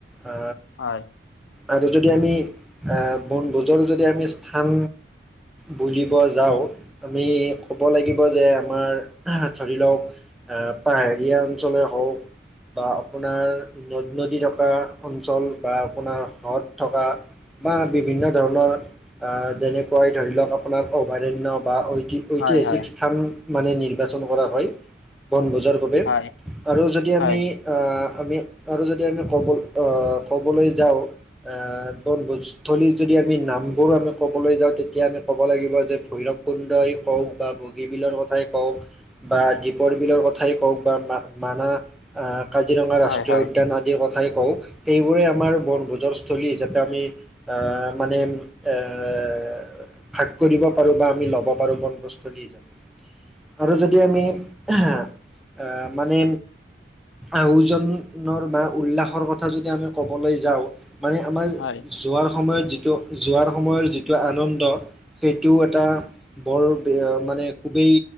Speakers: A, in the centre; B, on the left.
A: আ
B: হয়
A: আৰু যদি আমি আহ বনভোজৰো যদি আমি স্থান বুজিব যাওঁ, আমি ক'ব লাগিব যে আমাৰ আহ ধৰি লওক আ পাহাৰীয়া অঞ্চলে হওক বা আপোনাৰ নদী- নদী থকা অঞ্চল বা আপোনাৰ হ্ৰদ থকা বা বিভিন্ন ধৰণৰ আ যেনেকুৱাই ধৰি লওক আপোনাৰ অভয়াৰণ্য বা ঐতি ঐতিহাসিক
B: হয় হয়
A: স্থান মানে নিৰ্বাচন কৰা হয়, বনবজাৰ বাবে
B: হয়
A: আৰু যদি আমি
B: হয়
A: আ আমি আৰু যদি আমি ক'ব অ ক'বলৈ যাওঁ আহ বনভোজস্থলী যদি আমি নামবোৰ আমি ক'বলৈ যাওঁ তেতিয়া আমি ক'ব লাগিব যে ভৈৰৱ কুন্দই কওক বা বগীবিলৰ কথাই কওক বা দ্বীপৰ বিলৰ কথাই কওক বা মা মানা আহ কাজিৰঙা ৰাষ্ট্ৰীয়
B: হয় হয়
A: উদ্যানত
B: হয়
A: তে কথাই কওঁ সেইবোৰে আমাৰ বনভোজৰস্থলী হিচাপে আমি আ মানে এৰ ভাগ কৰিব পাৰো বা আমি ল'ব পাৰো বনভোজস্থলী হিচাপে আৰু যদি আমি এহে এ মানে ওজনৰ বা উল্লাসৰ কথা যদি আমি কবলৈ যাওঁ মানে আমাৰ
B: হয় হয় হয়
A: যোৱাৰ সময়ত যিটো যোৱাৰ সময়ত যিটো আনন্দ সেইটো এটা বৰ বীয় মানে খুবেই